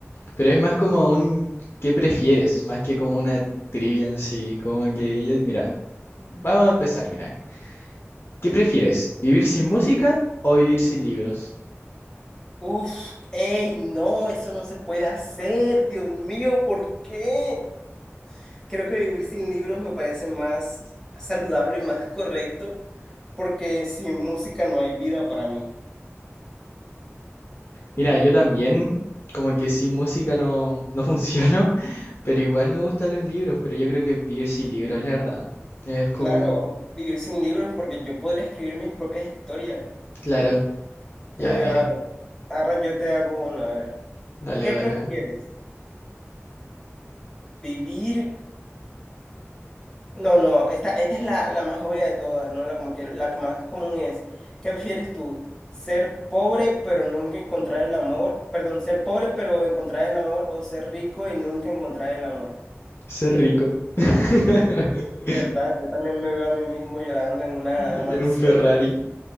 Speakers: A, on the left; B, on the left.
A: Pero es más como un qué prefieres, más que como una trivia en sí, como que yo... Mira, vamos a empezar, mira. ¿Qué prefieres, vivir sin música o vivir sin libros?
B: Uf, ey, no, eso no se puede hacer. Dios mío, ¿por qué? Creo que vivir sin libros me parece más saludable, más correcto, porque sin música no hay vida para mí.
A: Mira, yo también como que sin música no, no funciono, <laughs> pero igual me gustan los libros, pero yo creo que vivir sin libros, la verdad. Es como...
B: Claro, vivir sin libros porque yo podría escribir mis propias historias.
A: Claro. Ya,
B: Eh,
A: mira,
B: a ver, ahora yo te hago una, a ver.
A: dale,
B: ¿Qué
A: dale,
B: prefieres?
A: a ver.
B: ¿Vivir? No, no, esta, esta es la, la más obvia de todas, ¿no? La, como que, la que más común es. ¿Qué prefieres tú? ¿Ser pobre pero nunca encontrar el amor? Perdón, ser pobre pero encontrar el amor o ser rico y nunca encontrar el amor.
A: Ser rico. <laughs>
B: Y verdad, yo también me veo a mí mismo llorando en una
A: En
B: mansión.
A: un Ferrari.